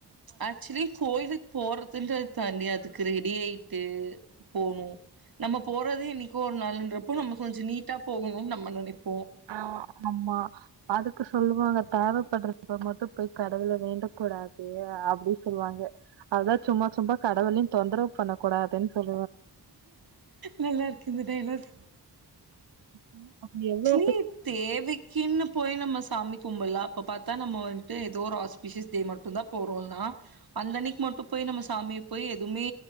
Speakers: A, on the right; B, on the right.
A: ஆக்சுவலி கோயிலுக்கு போறதுன்றத தாண்டி அதுக்கு ரெடி ஆயி ட்டு போணு நம்ம போறதே என்னைக்கோ ஒரு நாளுன்றப்போ நம்ம கொஞ்ச நீட்டா போகணும்னு நம்ம நெனைப்
B: ஆஹ் ஆமா அதுக்கு சொல்லுவாங்க தேவப்படுறப்ப மட்டும் போய் கடவுள வேண்டக் கூடாது அப்டி சொல்வாங்க அதான் சும்மா சும்மா கடவுளையு தொந்தரவு பண்ணக்கூடாதுன்னு சொல்
A: நல்லா இருக்கு இந்த டயலாக்
B: ம் அப்டி எவ்ளோ
A: <unintelligible> தேவைக்குன்னு போய் நம்ம சாமி கும்பட்லா அப்ப பாத்தா நம்ம ட்டு ஏதோ ஒரு ஆஸ்பிஷியஸ் இது மட்டும்தா போறோம்னா அந்த அன்னைக்கு மட்டு போய் நம்ம ச சாமிய போய் எதுவுமே